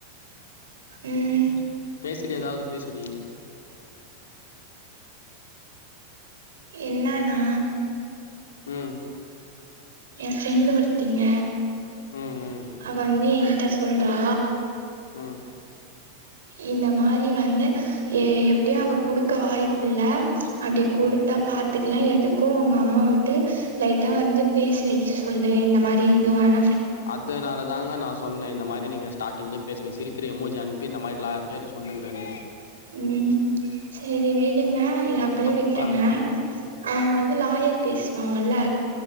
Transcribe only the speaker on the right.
ம்
என்னனா
எ ஃப்ரெண்டு ஒருத்திங்க
அவ வந்து எ கிட்ட சொல்றா
இந்த மாரி வந்து எ எப்டியு அவ குடுக்க வாய்ப்பு இல்ல அப்டி குடுத்தா
பாத்துக்கலா எதுக்கு உங்க அம்மாவ விட்டு லைட்ட வந்து பேசி வைக்க சொல்லு இந்த மாரி இதுவான
ம் செரி விடுங்க இத அப்டியே
விட்ருங்க
அவுங்க வந்து லாயர் பேசுவாங்கல்ல